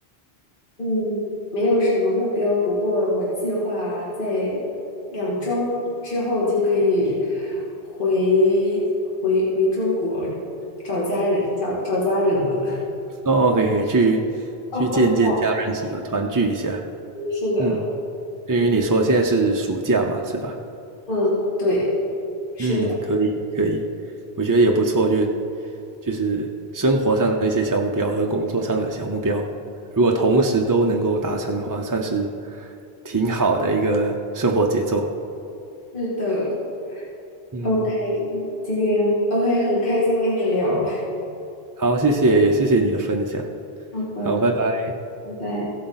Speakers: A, on the left; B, on the right.
A: 嗯，没有什么目标，不过我计划在两周之后就可以回回回中国找家人，找找家人了。
B: 哦，可以可以去去见见家人是吧？
A: 哦，放假，
B: 团聚一下，
A: 是的，
B: 嗯。因为你说现在是暑假嘛，是吧？
A: <laughs> 嗯，对，是的，
B: 嗯，可以可以，我觉得也不错，就就是生活上的一些小目标和工作上的小目标，如果同时都能够达成的话，算是挺好的一个生活节奏。
A: 是的。
B: 嗯，
A: OK，今天 OK，很开心跟你聊。
B: 好，谢谢，也谢谢你的分享。
A: 好的，
B: 好，拜拜。
A: 拜拜。